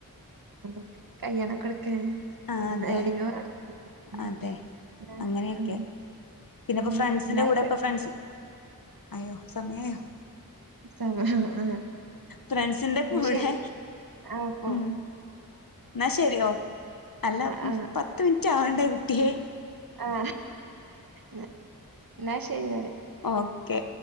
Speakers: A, on the right (about 85°); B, on the left (about 75°).
A: നമുക്ക് കല്യാണം കൊടുക്കാൻ ഏ
B: ആ അതെ
A: ഏണിങ് വേണം ഉം.
B: അതെ
A: ആ,
B: അങ്ങനെയൊക്കെ
A: ഉം,
B: പിന്നപ്പോ
A: ഉം.
B: ഫ്രണ്ട്സിന്റെ
A: ന്നാ ആയിക്കോട്ടെ
B: കൂടെ ഇപ്പൊ ഫ്രണ്ട്സ് അയ്യോ സോ സമയായോ
A: ആ ആഹ ആ
B: ഫ്രണ്ട്സിന്റെ കൂടെ
A: അത് ശരി ആ
B: ഉം
A: ഓ
B: എന്നാ ശരിയോ അല്ല
A: ആ,
B: പത്ത് മിനിറ്റ് ആവണ്ടേ കുട്ടിയേ
A: ആഹ ന ന്നാ ശ ശരി ന്നാൽ
B: ഓക്കെ